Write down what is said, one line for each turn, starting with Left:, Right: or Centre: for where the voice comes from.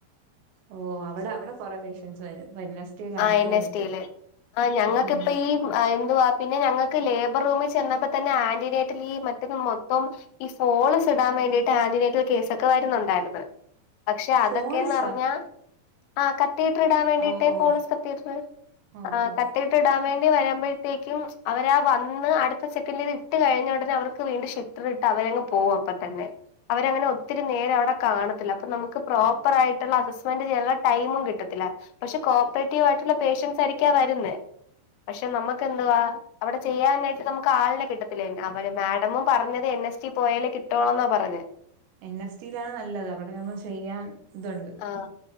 Right: ഓഹ് അവിടെ അവിടെ കൊറെ പേഷ്യൻസ് വരും എൻ എസ് ടി കണക്ട്
Left: ആഹ് എൻ
Right: ചെയ്യാൻ
Left: എസ്
Right: പറ്റും
Left: റ്റി യില് ആഹ് ഞങ്ങൾക്ക്
Right: ഉം
Left: ഇപ്പ ഈ എന്തുവാ പിന്നെ ഞങ്ങൾക്ക് ലേബർ റൂമിൽ ചെന്നപ്പോ തന്നെ ആന്റിലേറ്ററിൽ മറ്റത് മൊത്തം ഈ ഫോളസ് ഇടാൻ വേണ്ടിയിട്ട് ആന്റനീറ്റൽ കേസൊക്കെ വരുന്നുണ്ടായിരുന്ന് പക്ഷെ അതൊക്കെയന്ന്
Right: ഫോളിസാ
Left: പറഞ്ഞാ ആ കത്തീട്ര് ഇടാൻ വേണ്ടിട്ട്
Right: ഓ ഓ
Left: ഫോളിസ് കത്തീട്ര്
Right: ഓ
Left: ങാ
Right: ഓ
Left: കത്തീ ഇടാൻ വേണ്ടി വരുമ്പോഴത്തേക്കും അവരാ വന്ന് അടുത്ത സെക്കൻഡ്ന് ഇട്ട് കഴിഞ്ഞ ഉടനെ അവർക്ക് വീണ്ടും ഷി ട്ര ഇട്ട് അവരങ്ങ് പോകും അപ്പ തന്നെ അവരങ്ങനെ ഒത്തിരി നേരം അവടെ കാണത്തില്ല അപ്പൊ നമുക്ക് പ്രോപ്പർ ആയിട്ടുള്ള അസസ്മെന്റ് ചെയ്യാനുള്ള ടൈമും കിട്ടത്തില്ല പക്ഷെ കോപ്പറേറ്റീവ് ആയിട്ടുള്ള പേഷ്യൻസ് ആയിരിക്കാ വരുന്നേ പക്ഷെ നമ്മുക്ക് എന്തുവാ അവടെ ചെയ്യാനായിട്ട് നമുക്ക് ആളിനെ കിട്ടത്തില്ലേ അവര് മാഡമും പറഞ്ഞത് എൻ എസ് റ്റി പോയാലേ കിട്ടൊള്ളോന്നാ പറഞ്ഞത്
Right: എൻ എസ് റ്റി യിലാണ് നല്ലത് അവിടെ ആവുമ്പോ ചെയ്യാൻ ഇതുണ്ട്
Left: ആഹ്